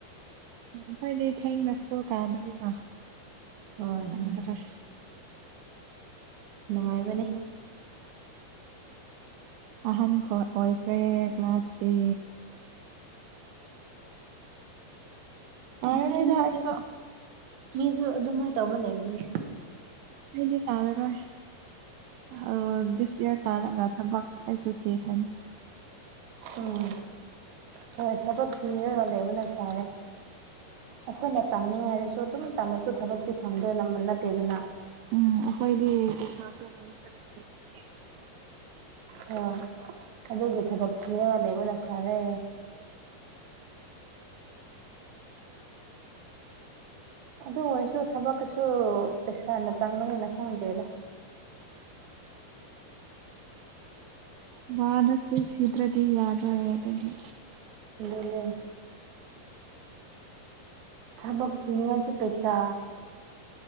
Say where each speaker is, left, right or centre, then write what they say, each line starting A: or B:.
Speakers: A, on the right (about 80°); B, on the right (about 65°).
A: ꯑ ꯑꯩꯈꯣꯏꯗꯤ ꯊꯦꯡꯅ ꯁ꯭ꯀꯨꯜ ꯀꯥꯕꯅꯤꯅ
B: ꯍꯣꯏ
A: ꯍꯟꯗ꯭ꯔꯛ
B: ꯍꯡ ꯅꯨꯡꯉꯥꯏꯕꯅꯤ
A: ꯑꯍꯟ ꯈꯣ ꯑꯣꯏꯈ꯭ꯔꯦ ꯀ꯭ꯂꯥꯁꯇꯤ ꯀꯥꯔꯔꯣꯏꯗ
B: ꯑꯦꯍ ꯃꯤ ꯑꯃꯤꯁꯨ
A: ꯑꯩꯁꯨ
B: ꯃꯤꯁꯨ ꯑꯗꯨꯃꯥꯏꯅ ꯇꯧꯕ ꯂꯩꯕꯅꯦ
A: ꯑꯩꯗꯤ ꯀꯥꯔꯔꯣꯏ ꯑ ꯗꯤꯁꯌꯥꯔ ꯀꯥꯔꯒ ꯊꯕꯛ ꯑꯩꯁꯨ ꯊꯤꯈꯔꯅꯤ
B: ꯎꯝ ꯍꯣꯏ ꯊꯕꯛ ꯊꯤꯔꯒ ꯂꯩꯕ ꯅ ꯐꯔꯦ ꯑꯩꯈꯣꯏꯅ ꯇꯝꯅꯤꯡꯉꯥꯏꯔꯁꯨ ꯑꯗꯨꯝ ꯇꯝꯔꯁꯨ ꯊꯕꯛꯇꯤ ꯐꯪꯗꯣꯏꯅꯝꯕ ꯅꯠꯇꯦꯗꯅ
A: ꯎꯝ ꯑꯈꯣꯏꯗꯤ ꯄꯩꯁꯥꯁꯨ ꯂꯩꯇ꯭ꯔꯦ ꯑꯩꯈꯣꯏꯗꯤ
B: ꯍꯣꯏ ꯑꯗꯨꯒꯤ ꯊꯕꯛ ꯊꯤꯔꯒ ꯂꯩꯕꯅ ꯐꯔꯦ ꯑꯗꯨ ꯑꯣꯏꯔꯁꯨ ꯊꯕꯛꯀꯁꯨ ꯄꯩꯁꯥꯅ ꯆꯪꯕꯅꯤꯅ ꯈꯪꯗ꯭ꯔꯦꯗ
A: ꯋꯥꯔꯁꯨ ꯊꯤꯗ꯭ꯔꯗꯤ ꯌꯥꯗ꯭ꯔꯦ ꯑꯗꯨꯒꯤ
B: ꯑꯗꯨꯅꯦ ꯊꯕꯛ ꯊꯅꯤꯉꯥꯏꯁꯨ ꯄꯩꯁꯥ